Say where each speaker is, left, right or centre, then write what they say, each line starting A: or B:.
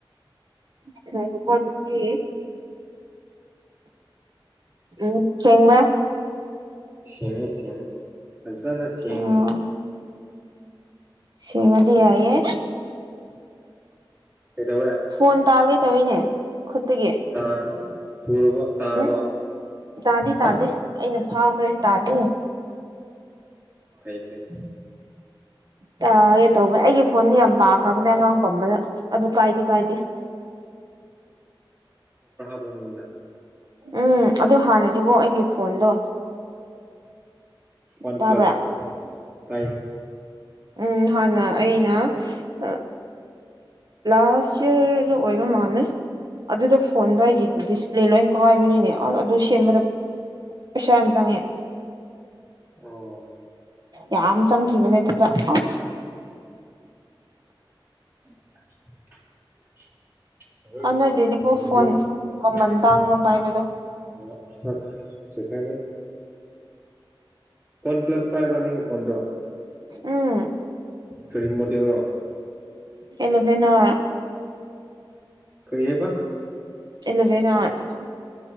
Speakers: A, on the right; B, on the right.
A: ꯏꯁ ꯉꯥꯏꯈꯣꯀꯣ ꯑꯗꯨꯗꯤ ꯎꯝ ꯁꯦꯡꯕꯥ
B: ꯁꯦꯡꯉꯦ ꯁꯦꯡꯉꯤ ꯐꯖꯅ ꯁꯦꯡꯉꯤ
A: ꯑꯣ ꯁꯦꯡꯉꯗꯤ ꯌꯥꯏꯌꯦ
B: ꯀꯩꯗꯧꯔꯦ
A: ꯐꯣꯟ ꯇꯥꯒꯦ ꯇꯧꯋꯤꯅꯦ ꯈꯨꯠꯇꯒꯤ
B: ꯇꯥꯔꯕꯣ ꯊꯨꯔꯕꯣ ꯇꯥꯔꯕꯣ
A: ꯎꯝ ꯇꯥꯗꯤ
B: ꯍꯥ
A: ꯇꯥꯗꯦ ꯑꯩꯅ ꯐꯥꯈ꯭ꯔꯦ ꯇꯥꯗꯦ
B: ꯐꯩ ꯐꯩ
A: ꯇꯥꯒꯦ ꯇꯧꯕꯅꯦ ꯑꯩꯒꯤ ꯐꯣꯟꯗꯤ ꯌꯥꯝ ꯇꯥꯈ꯭ꯔꯕꯅꯦ ꯑꯉꯥꯡ ꯄꯝꯕꯗ ꯑꯗꯨ ꯀꯥꯏꯗꯤ ꯀꯥꯏꯗꯦ
B: ꯕꯝꯅꯤꯅ
A: ꯎꯝ ꯑꯗꯨ ꯍꯥꯟꯅꯗꯤꯕꯣ ꯑꯩꯒꯤ ꯐꯣꯟꯗꯣ
B: ꯋꯥꯟ
A: ꯇꯥꯕ꯭ꯔꯥ
B: ꯄ꯭ꯂꯁ ꯇꯥꯏ
A: ꯎꯝ ꯍꯥꯟꯅ ꯑꯩꯅ ꯑ ꯂꯥꯁ ꯏꯌꯔꯗ ꯑꯣꯏꯕ ꯃꯥꯟꯂꯦ ꯑꯗꯨꯗ ꯐꯣꯟꯗꯣ ꯑꯩꯒꯤ ꯗꯤꯁꯄ꯭ꯂꯦ ꯂꯣꯏ ꯀꯥꯏꯕꯅꯤꯅꯦ ꯑ ꯑꯗꯨ ꯁꯦꯝꯕꯗ ꯄꯩꯁꯥ ꯌꯥꯝ ꯆꯪꯉꯦ
B: ꯑꯣ
A: ꯌꯥꯝ ꯆꯪꯈꯤꯕꯅꯦ ꯑꯗꯨꯗ ꯑꯁ
B: <unintelligible> ꯂꯧꯁꯤꯟꯕ
A: ꯀꯥꯟꯅꯗꯦꯅꯦꯀꯣ
B: ꯉꯝꯗꯕ
A: ꯐꯣꯟ ꯃꯃꯜ ꯇꯥꯡꯕ ꯄꯥꯏꯕꯗꯣ
B: ꯁꯤꯈꯥꯏ ꯃꯗꯤ ꯋꯥꯟ ꯄ꯭ꯂꯁ ꯄꯥꯏꯕ꯭ꯔꯥ ꯅꯪꯒꯤ ꯐꯣꯟꯗꯣ
A: ꯎꯝ
B: ꯀꯔꯤ ꯃꯣꯗꯦꯜ ꯔꯣ
A: ꯑꯦꯂꯣꯚꯟ ꯅ
B: ꯀꯔꯤ ꯍꯥꯏꯕ
A: ꯏꯂꯕꯅꯒ